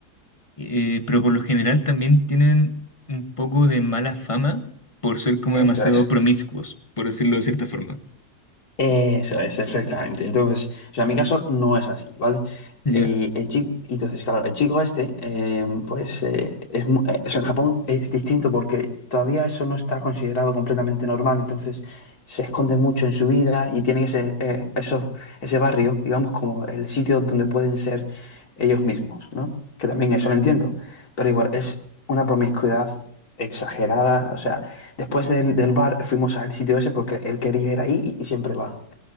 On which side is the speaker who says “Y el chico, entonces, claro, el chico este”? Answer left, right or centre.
Left